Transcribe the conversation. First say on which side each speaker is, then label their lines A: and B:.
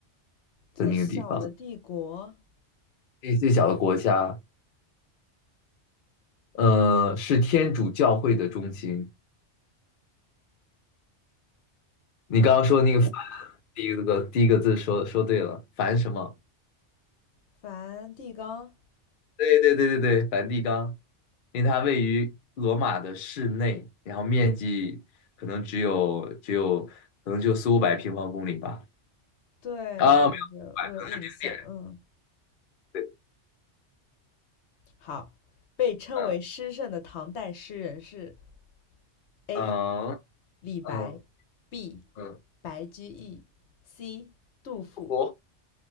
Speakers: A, on the left; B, on the left.
A: 最小的帝国——
B: 的那个地方，那最小的国家，呃，是天主教会的中心。你刚刚说那个梵，第一个第一个字说说对了，梵什么？
A: 梵蒂冈。
B: 对对对对对，梵蒂冈，因为它位于罗马的市内，然后面积可能只有只有可能就四五百平方公里吧。
A: 对对对，
B: 啊，没有
A: 我有印象，
B: 点，
A: 嗯。
B: 对，
A: 好，被称为诗圣的唐代诗人是
B: 嗯
A: A.
B: 嗯
A: 李白，B.
B: 嗯嗯，
A: 白居易，C. 杜甫。
B: 我